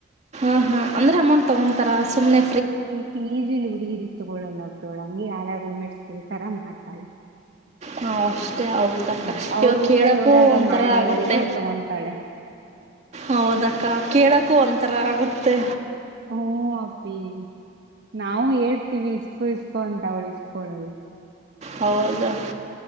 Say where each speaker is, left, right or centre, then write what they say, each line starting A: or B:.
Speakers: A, on the right; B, on the right.
A: ಆಹಾ ಅಂದ್ರೆ ಅಮೌಂಟ್ ತಗೊಂತಾರ ಸುಮ್ನೆ
B: ಇಲ್ಲಿ ಪಿಜಿಯಲ್ಲಿ ಹುಡುಗೀರಿಗೆ ತಗೋಳಲ್ಲೋ ಹಂಗೆ ಯಾರ್ಯಾರ್ ರೂಮೇಟ್ಸ್ ಕೇಳ್ತಾರಾ ಮಾಡ್ತಾಳೆ
A: ಹಾ ಅಷ್ಟೇ ಹೌದಕ್ಕ
B: ಹ್ಮ್ ಅವ್ರ
A: ಇವಾಗ
B: ಊರಲ್ಲಿ
A: ಕೆಲಕ್ಕು
B: ಹೋದಾಗ
A: ಒಂಥರಾ
B: ಮಾಡಿದವರಿಗೆ
A: ಆಗುತ್ತೆ
B: ತಗೊಂತಾಳೆ
A: ಹೌದಕ್ಕ ಕೆಲಕು ಒಂಥರಾ ಆಗುತ್ತೆ
B: ಹೂ ಅಪ್ಪಿ ನಾವು ಹೇಳ್ತೀವಿಷ್ಟ ಕುದಿಸಿಕೊಂಡು ಅವಳಿಸ್ಕೊಳ್ಳಲ್ಲ
A: ಹೌದಪ್ಪ